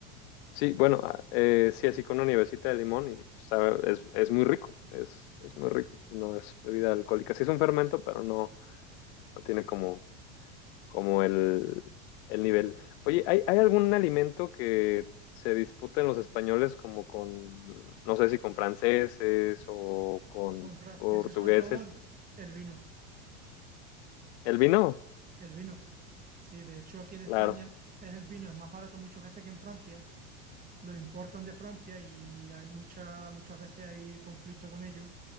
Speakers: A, on the left; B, on the right.
A: sí, bueno, ah, eh, sí, así con una nievecita de limón y sabe, es, es muy rico, es, es muy rico. No es bebida alcohólica. Sí es un fermento, pero no, no tiene como como el, el nivel. Oye, ¿hay, hay algún alimento que se disputen los españoles como con, no sé si con franceses o con
B: Con franceses
A: portugueses?
B: sobre todo el, el vino,
A: ¿El vino?
B: el vino. Sí, de hecho aquí en España
A: Claro,
B: es el vino, es más barato muchas veces que en Francia. Lo importan de Francia y hay muchas muchas veces hay conflicto con ellos